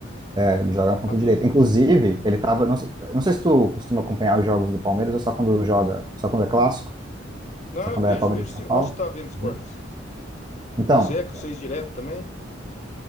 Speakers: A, on the right; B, on the left.
A: é, ele joga na ponta
B: Ah, beleza.
A: direita. Inclusive, ele tava, não sei, não sei se tu costuma acompanhar os jogos do Palmeiras ou só quando joga, só quando é clássico,
B: Não,
A: só
B: eu
A: quando
B: vejo,
A: é Palmeiras
B: vejo
A: e São
B: sim, eu
A: Paulo.
B: gosto de estar vendo esportes.
A: né? Então,
B: Você é com seis direto também?